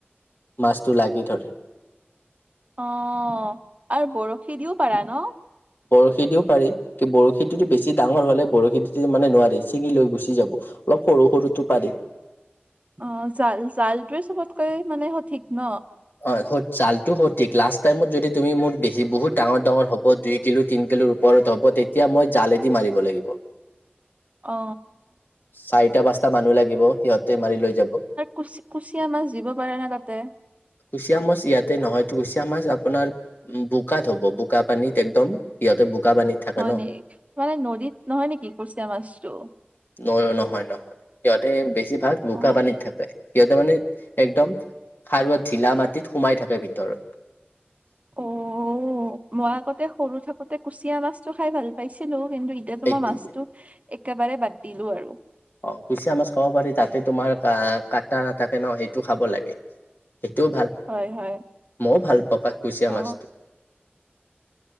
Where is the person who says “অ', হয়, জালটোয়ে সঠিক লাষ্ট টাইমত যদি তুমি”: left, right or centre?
Left